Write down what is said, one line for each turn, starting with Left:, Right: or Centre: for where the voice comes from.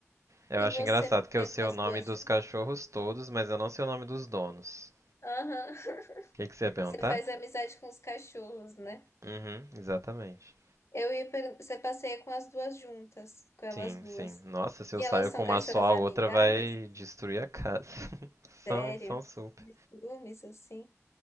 Right: Eu
Left: E
Right: acho
Left: você
Right: engraçado
Left: passeia
Right: que eu sei
Left: com as
Right: o nome
Left: duas
Right: dos cachorros todos, mas eu não sei o nome dos donos.
Left: Aham. <laughs>
Right: O que, que você ia perguntar?
Left: Você faz amizade com os cachorros, né?
Right: Uhum, exatamente.
Left: Eu ia per... Você passeia com as duas juntas, com elas
Right: Sim,
Left: duas.
Right: sim. Nossa, se eu
Left: E
Right: saio
Left: elas são
Right: com uma
Left: cachorras
Right: só, a
Left: amigáveis?
Right: outra vai destruir a casa. <laughs> São,
Left: Sério?
Right: são super.
Left: De ciúmes, assim?